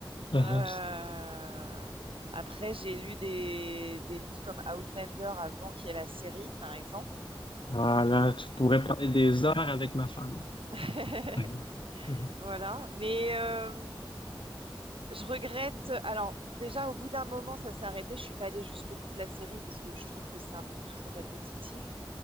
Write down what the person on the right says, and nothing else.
Euh,
Après, j'ai lu des... des livres comme Outlander avant qu'il y ait la série, par exemple.
<laughs>
Voilà, mais euh, Je regrette. Alors, déjà, au bout d'un moment, ça s'est arrêté. Je suis pas allée jusqu'au bout de la série parce que je trouve que c'est un peu toujours répétitif.